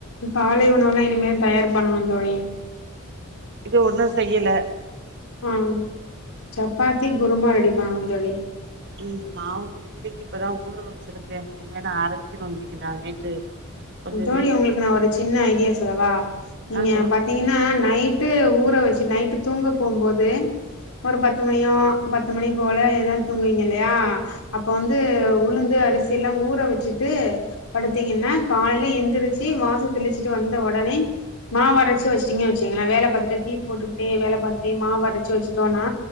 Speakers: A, on the left (about 80°); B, on the right (about 55°).
A: காலை உணவல்லா இனிமேல் தயார் பண்ணனு தோழி
B: இது ஒண்ணு செய்யல
A: ஆ சப்பாத்தி குருமா ரெடி பண்ணணு தோழி
B: ம் மாவு இட்லிக்கு இப்பதா ஊற வச்சிருக்கே இனிமேல் அரைக்கணு இன்னக்கி நா நேத்து கொஞ்ச
A: தோழி
B: வெளில
A: உங்களுக்கு நா ஒரு சின்ன ஐடியா சொல்லவா நீங்க
B: ஆ சொல்லுங்க
A: ப பாத்தீங்கன்னா நைட்டு ஊற வச்சு நைட்டு தூங்க போம் போது ஒரு பத்து மணியோ பத்து மணி போல எல்லா தூங்குவீங்க இல்லயா அப்ப வந்து உளுந்து அரிசீல்லா ஊற வச்சுட்டு படுத்தீங்கன்ன காலேல எந்துருச்சு வாச தெளிச்சிட்டு வந்த உடனே மா வரைச்சு வச்சுட்டீங்க வச்சுக்கங்ளே வேல பாத்துட்டே டீ போட்டுக்கிட்டே வேல பாத்துட்டே மா வரச்சு வச்சுட்டோனா